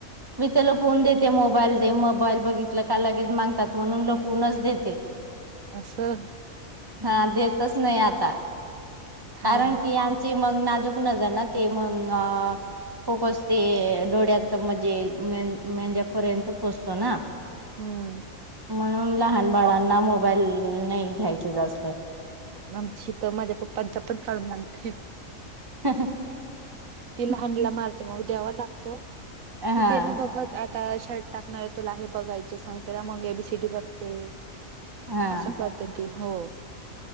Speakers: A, on the right (about 15°); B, on the right (about 75°).
A: मी त्याला फोन देते मोबाईल ते मोबाईल बघितलं का लगेच मागतात म्हणून लपलूनच देते.
B: अससहा
A: हा देतच नाही आता
B: हा
A: कारण
B: ना
A: की यांची मग नाजूक नजर ना ते मग आ खुपसते. थोड्यात म्हणजे मे मेंद्यापर्यंत पोहोचतो ना.
B: हम्म
A: म्हणून लहान बाळांना मो ल नाही घ्यायचं जास्त
B: आमची तर माझ्या पप्पांचा पण काढून लागते.
A: हा हा
B: ती लहानला मारते मग द्यावा लागतो.
A: हा
B: ति त्याने बघत आता शाळेत टाकणार आहे. तुला हे बघायचे सांगते ना मग हे ए बी सि डी बघते.
A: हा
B: असं बगत दे हो